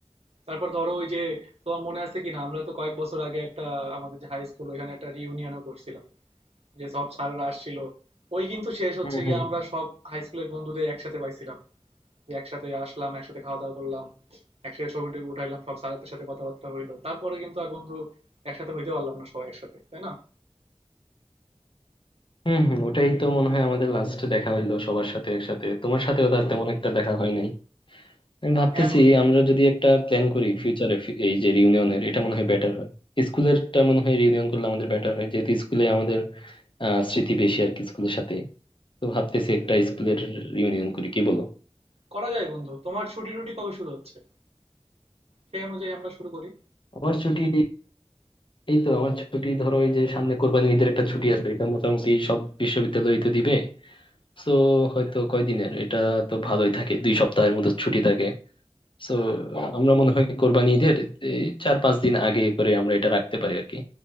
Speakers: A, on the right; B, on the left.
A: তারপর ধরো ওই যে তোমার মনে আছে কিনা আমরা তো কয়েক বছর আগে একটা আমাদের যে হাই স্কুল ওইখানে একটা রিউনিয়নও করছিলাম যে সব স্যাররা আসছিল ওই কিন্তু শেষ হচ্ছে
B: হুম
A: গিয়ে
B: হুম
A: আমরা সব হাই স্কুলের বন্ধুদের একসাথে পাইছিলাম যে একসাথে আসলাম একসাথে খাওয়া দাওয়া করলাম একসাথে ছবি টবি উঠাইলাম সব স্যারদের সাথে কথাবার্তা হইলো তারপরে কিন্তু আর বন্ধু একসাথে হইতে পারলাম না সবাই একসাথে তাই না
B: হম হম ওটাই তো মনে হয় আমাদের লাস্টে দেখা হইলো সবার সাথে একসাথে তোমার সাথেও তার তেমন একটা দেখা হয় নাই আমি ভাবতেছি
A: হ্যাঁ বন্ধু
B: আমরা যদি একটা প্ল্যান করি ফিউচারে এই যে রিউনিয়নের এটা মনে হয় বেটার হয় স্কুলেরটা মনে হয় রিউনিয়ন করলে আমাদের বেটার হয় যেহেতু স্কুলে আমাদের আহ স্মৃতি বেশি আর কি স্কুলের সাথে তো ভাবতেছি একটা স্কুলের রিউনিয়ন করি কি বলো
A: করা যায় বন্ধু তোমার ছুটি টুটি কবে শুরু হচ্ছে সেই অনুযায়ী আমরা শুরু করি
B: আমার ছুটি এই তো আমার ছুটি ধরো এই যে সামনে কোরবানি ঈদের একটা ছুটি আছে এটা মোটামুটি সব বিশ্ববিদ্যালয় তো দিবে তো হয়তো কয়দিনের এটা তো ভালোই থাকে দুই সপ্তাহের মতো ছুটি থাকে তো আমরা মনে হয় কোরবানি ঈদের এই চার পাঁচ দিন আগে করে আমরা এটা রাখতে পারি আর কি